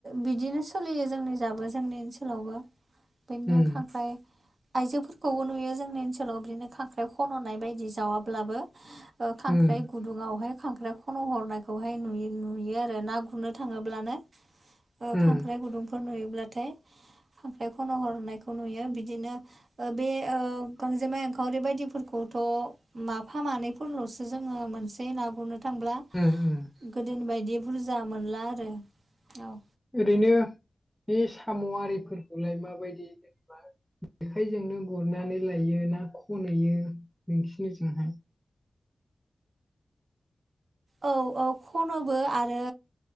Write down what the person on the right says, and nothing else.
बिदिनो सोलियो जोंनि जाबो जोंनि ओनसोलावबो बिदिनो
खांख्राइ आइजोफोरखौबो नुयो जोंनि ओनसोलाव बिदिनो खांख्राइ खन'नाय बायदि जावाब्लाबो ओ खांख्राइ
गुदुङावहाय खांख्राइ खन' हरनायखौहाय नुयो-नुयो आरो ना गुरनो थाङोब्लानो खांख्राइ
गुदुंफोर नुयोब्लाथाय खांख्राइ खन' हरनायखौ नुयो बिदिनो ओ बे ओ गांजेमा एंखावरि बायदिफोरखौथ' माफा मानैफोरल'सो जोङो मोनसै ना गुरनो थांब्ला
गोदोनि बायदि बुरजा मोनला आरो औ
औ औ खनोबो आरो